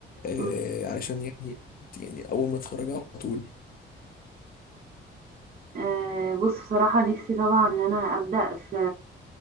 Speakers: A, on the left; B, on the right.
A: آه،
B: أمم.
A: علشان يعني يعني اول ما تتخرجي على طول
B: آه، بص بصراحه نفسي طبعا ان انا ابدا في